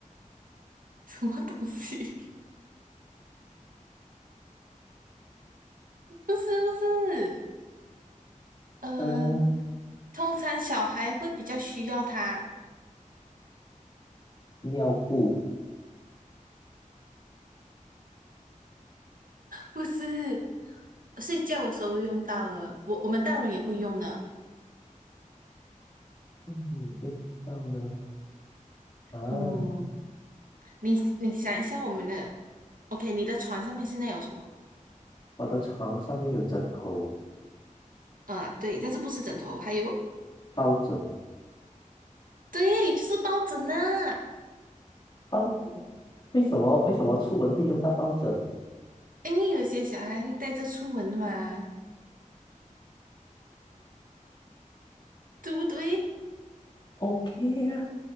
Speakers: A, on the right; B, on the left.
A: 什么东西？<laughs> 不是不是，嗯，
B: 嗯，
A: 通常小孩会比较需要它，
B: 尿布，
A: 不是睡觉的时候会用到的，我我们大人也会用的。
B: 嗯，味道呢？啊，
A: 嗯，你你想一下我们的，OK，你的床上面现在有什么？
B: 我的床上面有枕头、
A: 啊，对，但是不是枕头，还有，
B: 抱枕，
A: 对，就是抱枕呐、
B: 抱，为什么为什么出门会用到抱枕？
A: 因为有些小孩会带着出门的嘛，对不对？
B: OK 啊，